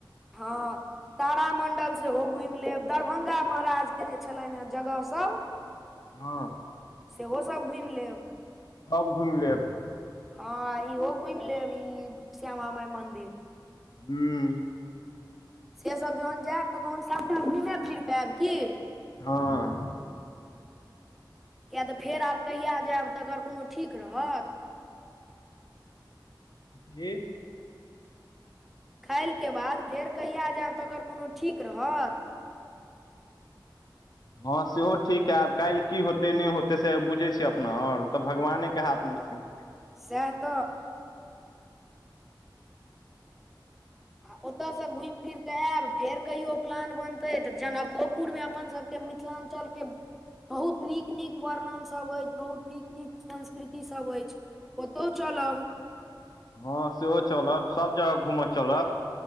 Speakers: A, in the centre; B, on the left.
A: हँ तारामंडल सेहो घुमि लेब दरभंगा महाराज के जे छलनि हे जगह सब <inaudible>
B: हँ
A: सेहो सब घुमि लेब
B: सब घुमि लेब
A: ह इहो घुमि लेब ई श्यामा माई मंदिर
B: <unintelligible>
A: सेसब जहन जैब तऽ तहन सबटा घुमे फिरकऽ ऐब की
B: हँ
A: किये त फेर आब कहिया जेब, तकर कोनो ठीक रहत।
B: जी
A: खालिके बाद, फेर कहिया जेब, तकर कोनो ठीक रहत।
B: हँ सेहो ठीक हे, आब काल्हि की होतै नहि होतै, से बुझे छिय अपना और। त भगवाने के हाथ मे छनि।
A: सेह त। आ ओत स घुमि फिर क ऐब, फेर कहियो प्लान बनतै, त जनकोपुर मे अपन सबके मि मिथिलाञ्चल के बहुत नीक- नीक वर्णन सब अछि, बहुत नीक- नीक संस्कृति सब अछि। ओतहु चलब।
B: हँ सेहो चलब, सभ जगह घूम चलब।